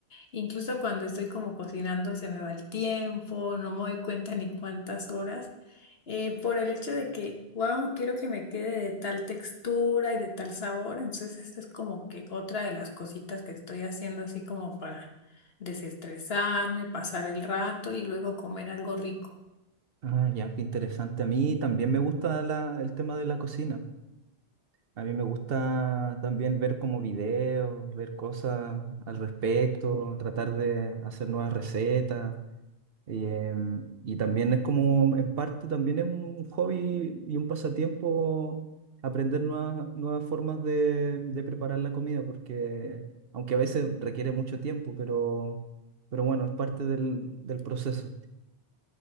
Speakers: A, on the left; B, on the right.
A: Incluso cuando estoy como cocinando se me va el tiempo, no me doy cuenta ni cuántas horas, eh, por el hecho de que, wow, quiero que me quede de tal textura y de tal sabor. Entonces, esta es como que otra de las cositas que estoy haciendo así como para desestresarme, pasar el rato y luego comer algo rico.
B: Ah, ya, qué interesante. A mí también me gusta la- el tema de la cocina. A mí me gusta también ver como videos, ver cosas al respecto, tratar de hacer nuevas recetas. Y, em, y también es como, en parte, también es un hobby y un pasatiempo aprender nuevas, nuevas formas de, de preparar la comida, porque aunque a veces requiere mucho tiempo, pero, pero bueno, es parte del, del proceso.